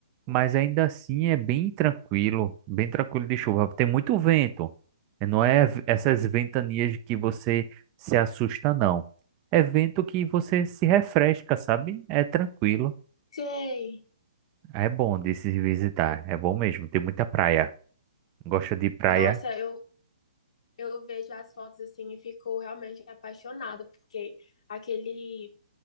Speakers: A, on the right; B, on the left.
A: mas ainda assim é bem tranquilo, bem tranquilo de chuva. Tem muito vento. Não é v- essas ventanias que você se assusta, não. É vento que você se refresca, sabe? É tranquilo.
B: Sei.
A: É bom de se visitar. É bom mesmo. Tem muita praia. Gosta de praia?
B: Nossa, eu, eu vejo as fotos, assim, e fico realmente apaixonada, porque aquele...